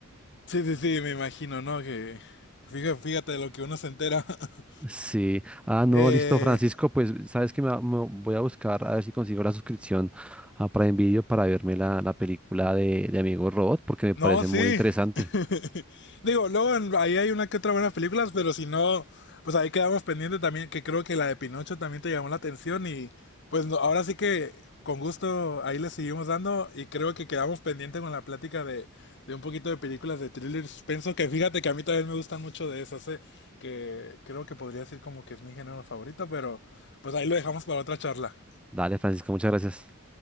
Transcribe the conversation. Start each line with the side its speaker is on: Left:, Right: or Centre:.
Left: Sí, sí, sí, me imagino, ¿no? Que fíjate, fíjate de lo que uno se entera. <laughs>
Centre: Sí, ah, no,
Left: Eh,
Centre: listo, Francisco, pues sabes que me, va- me voy a buscar a ver si consigo la suscripción a Prime Video para verme la, la película de, de Amigo Robot, porque me
Left: No,
Centre: parece
Left: sí.
Centre: muy interesante.
Left: <laughs> Digo, luego en- ahí hay una que otra buenas películas, pero si no, pues ahí quedamos pendiente también, que creo que la de Pinocho también te llamó la atención y pues no- ahora sí que con gusto ahí le seguimos dando y creo que quedamos pendiente con la plática de, de un poquito de películas de thriller y suspenso, que fíjate que a mí también me gustan mucho de esas, eh, que creo que podría decir como que es mi género favorito, pero pues ahí lo dejamos para otra charla.
Centre: Dale, Francisco, muchas gracias.